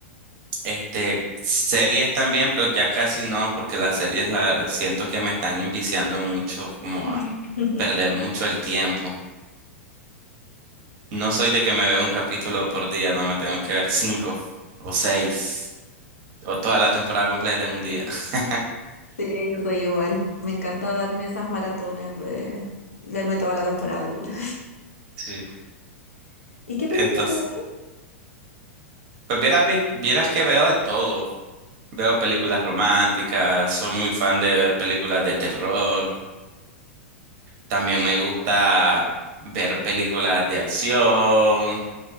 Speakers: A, on the right; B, on the left.
A: este series también, pero ya casi no, porque las series la siento que me están inviciando mucho, como
B: <laughs>
A: a perder mucho el tiempo. No soy de que me veo un capítulo por día, no, me tengo que ver cinco o seis o toda la temporada completa en un día. <laughs>
B: Sí, yo soy igual. Me encanta darme esas maratones de darme toda la temporada de una.
A: Sí.
B: <laughs> ¿Y qué películas
A: Entonces,
B: te gustan?
A: pues vieras, vi- vieras que veo de todo. Veo películas románticas, soy muy fan de ver películas de terror. También me gusta ver películas de acción,